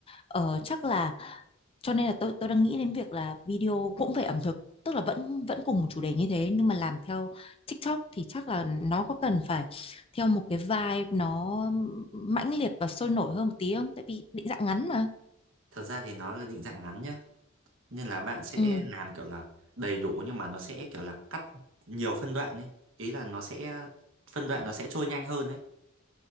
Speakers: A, on the left; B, on the right.
A: Ờ, chắc là cho nên là tôi tôi đang nghĩ đến việc là video cũng về ẩm thực, tức là vẫn vẫn cùng một chủ đề như thế nhưng mà làm theo TikTok thì chắc là nó có cần phải theo một cái vibe nó mãnh liệt và sôi nổi hơn một tí không? Tại vì định dạng ngắn mà.
B: thật ra thì nó là định dạng ngắn nhá. nên là bạn sẽ
A: Ừ.
B: làm kiểu là đầy đủ nhưng mà nó sẽ kiểu là cắt nhiều phân đoạn ấy ý là nó sẽ phân đoạn nó sẽ trôi nhanh hơn ấy